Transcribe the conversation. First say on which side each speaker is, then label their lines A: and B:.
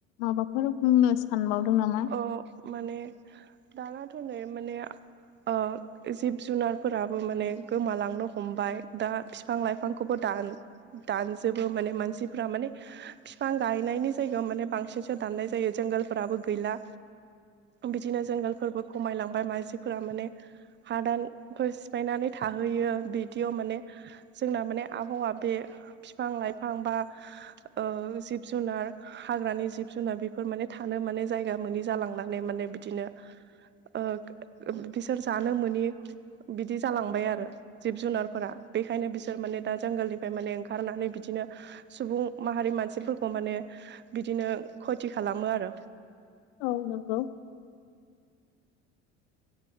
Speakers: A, on the left; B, on the right.
A: माबाफोर बुंनो सानबावदों नामा?
B: औ माने दानाथ' नै माने ओ जिब जुनारफोराबो माने गोमालांनो हमबाय दा बिफां लाइफांखौबो दा दानजोबो माने मानसिफ माने बिफां गायनायनि जायगायाव माने बांसिनसो दान दानाय जायो जंगलफोराबो गैला बेदिनो जंगलफोरबो खमायलांबाय मानसि फोर माने हादानखौ सिफायनानै थाहैयो बिदियाव माने जोंना माने आबहावा बे बिफां लाइफां बा ओ जिब जुनार हाग्रानि जिब जुनार बेफोर माने थानो माने जायगा जालांनानै माने बिदिनो ओ बिसोर जानो मोनि बिदि जालांबाय आरो जिब जुनारफोरा। बेखायनो बिसोर माने दा जोंगोलनिफ्राय माने ओंखारनानै बिदिनो सुबुं माहारि मानसिफोरखौ माने बिदिनो खथि खालामो आरो
A: औ नंगौ।